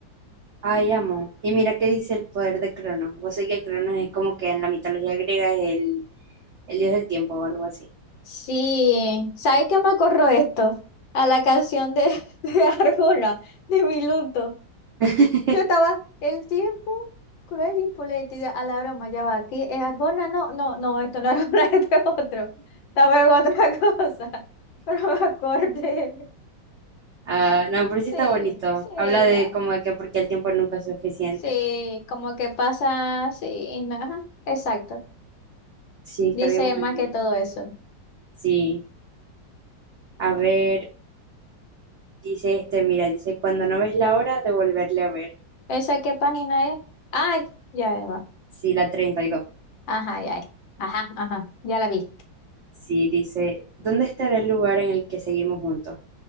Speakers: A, on the right (about 75°); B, on the left (about 75°).
A: Ay, amo. Y mira qué dice el poder de Cronos. Vos sé que Cronos es como que en la mitología griega es el, el dios del tiempo o algo así.
B: Sí, ¿sabes qué me acuerdo esto? A la canción de, <laughs> de Arjona, de Miluto.
A: <laughs>
B: Yo estaba, el tiempo cruel y política, a la broma, ya va, aquí es Arjona, no, no, no, esto no era Arjona, <laughs> este es otro. Estaba en otra <laughs> cosa, pero me acordé.
A: Ah, no, pero
B: Sí,
A: sí está bonito.
B: sí,
A: Habla de
B: ah,
A: como de que porque el tiempo nunca es suficiente.
B: sí, como que pasa, sí, ajá, exacto.
A: Sí,
B: Dice
A: está bien bueno.
B: más que todo eso.
A: Sí. A ver. Dice este, mira, dice, cuando no ves la hora de volverle a ver.
B: ¿Esa qué página es? Ah, ya va.
A: Sí, la treinta y dos
B: Ajá, ya, ya. Ajá, ajá, ya la vi.
A: Sí, dice, ¿dónde estará el lugar en el que seguimos juntos?